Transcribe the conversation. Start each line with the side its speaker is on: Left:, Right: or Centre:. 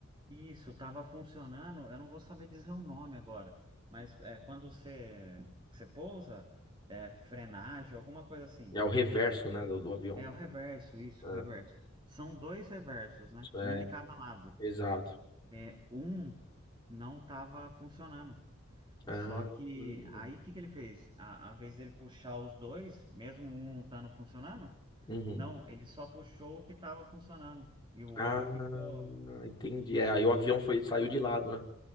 Right: Isso, estava funcionando. Eu não vou saber dizer o nome agora, mas é quando você, você pousa, é, frenagem, alguma coisa assim.
Left: É o reverso, né, do, do avião.
Right: É o reverso, isso,
Left: Ah,
Right: o reverso. São dois reversos, né?
Left: isso é,
Right: Um de cada lado.
Left: exato.
Right: É, um não estava funcionando.
Left: Ah,
Right: Só que
Left: hum,
Right: aí o que que ele fez? A, a vez ele puxar os dois, mesmo um não estando funcionando,
Left: uhum.
Right: não, ele só puxou o que estava funcionando e o outro
Left: Ah,
Right: ficou.
Left: entendi. É, aí o avião foi, saiu de lado, né?